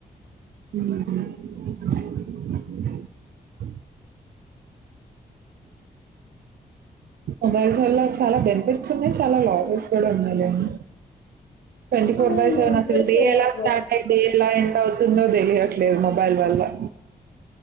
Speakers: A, on the right (about 80°); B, on the left (about 60°).
A: ఉమ్ హ్ మొబైల్స్ వల్ల చలా బెనిఫిట్స్ ఉన్నాయ్ చలా లాసెస్ కుడా ఉన్నాయ్ లెండ్ ట్వంటీ
B: మనం
A: ఫోర్ బై సెవెన్
B: యూజ్
A: అసల్
B: చేసే
A: డే ఎలా
B: దాన్ని
A: స్టార్ట్
B: బట్టి
A: టై డే ఎలా ఎండ్ ఔత్ ఉన్నయ్ దేలియట్లేద్ మొబైల్ వల్లా